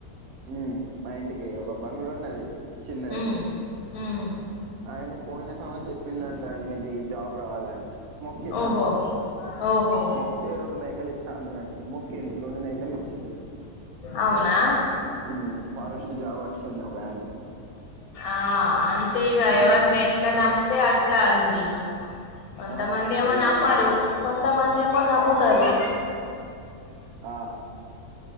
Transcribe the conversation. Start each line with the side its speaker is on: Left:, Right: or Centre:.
Right: మ్ మా ఇంటికి ఒక బంగులున్నది చిన్నది
Left: ఉమ్ ఉమ్
Right: ఆయన పోయిన సమ్ చెప్పిందంట ఇయనకి జాబ్ రావాలని మొక్కిళంట
Left: ఓహో ఓహో
Right: మొక్కితే రెండు మేకలు ఇత్త అన్నరంట మొక్కిల్లు రెండు మేకలు ఇచ్చిళ్ళు
Left: అవునా
Right: మ్ ఫారెస్ట్ జాబ్ వచ్చింది ఒకయనకి
Left: ఆ అంతే ఇగ
Right: హ్మ్
Left: ఎవరిని ఎట్లా నమ్ముతే అట్లా అండి కొంతమంది
Right: ఆ అదే
Left: ఏమో నమ్మరు
Right: చూపిత్తది
Left: కొంతమంది ఏమో నమ్ముతారు
Right: ఆ